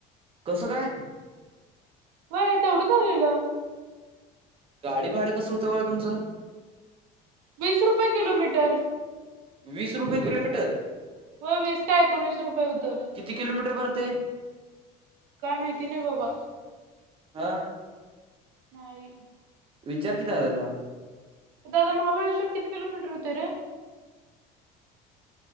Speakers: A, on the right; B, on the right.
A: कसं काय?
B: व्हय तेवढंच आलेलं.
A: गाडी भाडं कसं होतं बाळ तुमचं?
B: वीस रुपये किलोमीटर.
A: वीस रुपये किलोमीटर?
B: हो वीस का एकोणीस रुपये होत.
A: किती किलोमीटर भरते
B: काय माहिती नाही बाबा?
A: आ?
B: नाही.
A: विचार किती दादाला.
B: दादा महाबळेश्वर किती किलोमीटर होतय रे?